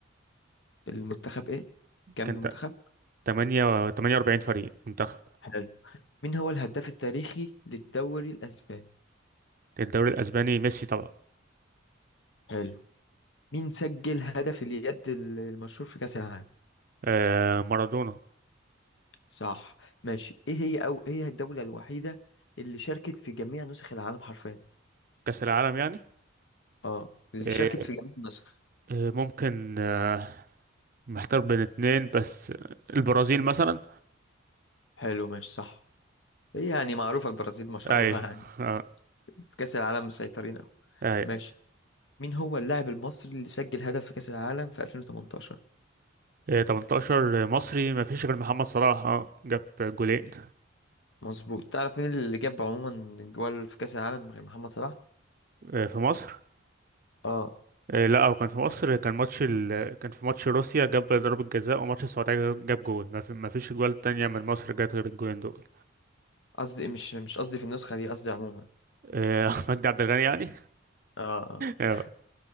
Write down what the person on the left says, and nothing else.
المنتخب إيه كام
المنتخب
حلو مين هو الهداف التاريخي للدوري الأسباني
حلو مين سجل هدف اليد ال- المشهور في كأس العالم
صح ماشي إيه هي أو إيه هي الدولة الوحيدة اللي شاركت في جميع نسخ العالم حرفيا
اه اللي
شاركت في جميع النسخ
حلو ماشي صح هي يعني معروفة البرازيل ما شاء
الله يعني
في كأس العالم مسيطرين أوي
ماشي مين هو اللاعب المصري اللي سجل هدف في كأس العالم في 2018
مظبوط تعرف مين اللي جاب عموما جوال في كأس العالم غير محمد صلاح
اه
قصدي مش مش قصدي في النسخة دي قصدي عموما
اه
اه